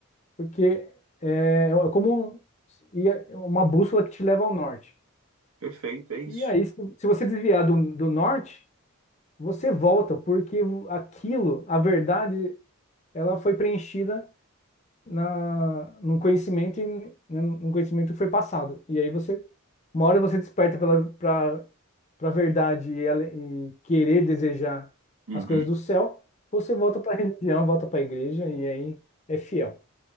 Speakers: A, on the left; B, on the right.
A: porque é, é como um- é uma bússola que te leva ao norte.
B: Perfeito, é isso.
A: E aí, se, se você desviar do, do norte, você volta, porque aquilo, a verdade, ela foi preenchida na, num conhecimento, em- né, num conhecimento que foi passado. E aí você, uma hora você desperta pela, pra, pra verdade e, ela- e querer desejar
B: Uhum,
A: as coisas do céu, você volta pra religião, volta pra igreja e aí é fiel.